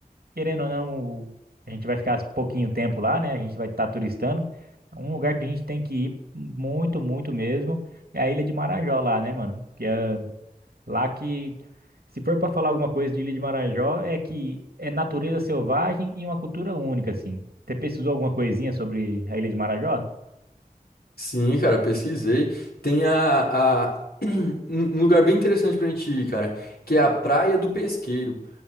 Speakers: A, on the right; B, on the left.
A: querendo ou não, a gente vai ficar pouquinho tempo lá, né? A gente vai estar turistando. Um lugar que a gente tem que ir muito, muito mesmo é a Ilha de Marajó lá, né, mano? Que é Lá que, se for para falar alguma coisa de Ilha de Marajó, é que é natureza selvagem e uma cultura única, assim. Você pesquisou alguma coisinha sobre a Ilha de Marajó?
B: Sim, cara, pesquisei. Tem a, a- <clears throat> um um lugar bem interessante pra gente ir, cara, que é a Praia do Pesqueiro.